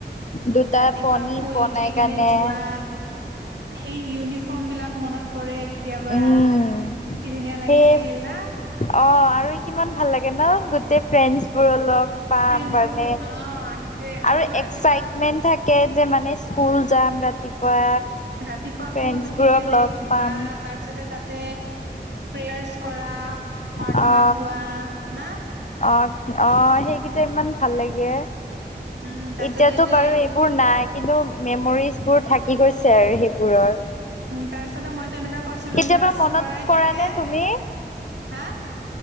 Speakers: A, on the right; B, on the left.
A: উম,
B: দুটা
A: ৰাতিপুৱা
B: পনি
A: শুই
B: বনাই
A: উঠি
B: কানে।
A: কেনে যোৱা সেই ইউনিফ্ৰম বিলাক মনত পৰে কেতিয়াবা।
B: উম
A: কি ধুনীয়া লাগিছিল
B: সেই
A: না?
B: অ' আৰু কিমান ভাল‌ লাগে ন'? গোটেই ফ্ৰেণ্ডছ বোৰ লগ পাম
A: ফ্ৰেণ্ডচ
B: মানে।
A: বোৰ অ' সেইটোয়ে
B: আৰু
A: ৰাতিপুৱা
B: এক্সাইটমেন্ট থাকে যে মানে স্কুল যাম ৰাতিপুৱা।
A: ৰাতিপুৱা
B: ফ্ৰেণ্ডছ
A: শুই উঠি
B: বোৰক
A: কেনে
B: লগ
A: যোৱা
B: পাম
A: তাৰ পিছতে তাতে প্ৰেয়াৰ্চ কৰা, প্ৰাৰ্থনা
B: উম অ
A: গোৱা। না?
B: অ' অ সেইকেইটা ইমান ভাল লাগে। য়ে,
A: উম, তাৰপিছতে
B: এতিয়াতো
A: যে
B: বাৰু এইবোৰ নাই। কিন্তু মেমৰিজবোৰ থাকি গৈছে আৰু সেইবোৰৰ।
A: তাৰ পিছতে মইতো এনেকা কৰিছিলো
B: কেতিয়াবা
A: ক্লাছ
B: মনত
A: কৰাই
B: কৰা
A: থাকে,
B: নে তুমি?
A: হা?